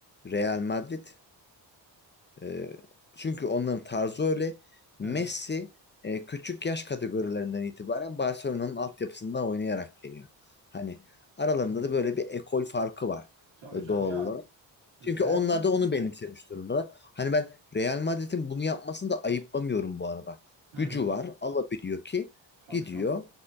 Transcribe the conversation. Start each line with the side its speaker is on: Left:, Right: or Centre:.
Left: Real Madrid. Ee, çünkü onların tarzı öyle. Messi
Right: Evet.
Left: e, küçük yaş kategorilerinden itibaren Barcelona'nın altyapısında oynayarak geliyor. Hani aralarında
Right: Hı hı.
Left: da böyle bir ekol farkı var
Right: Tabii
Left: e,
Right: canım
Left: doğal
Right: ya
Left: olarak.
Right: Rema
Left: Çünkü onlar da
Right: dedim.
Left: onu benimsemiş durumdalar. Hani ben Real Madrid'in bunu yapmasını da ayıplamıyorum bu arada.
Right: Hı
Left: Gücü
Right: hı.
Left: var, alabiliyor ki
Right: Tabii
Left: gidiyor.
Right: canım.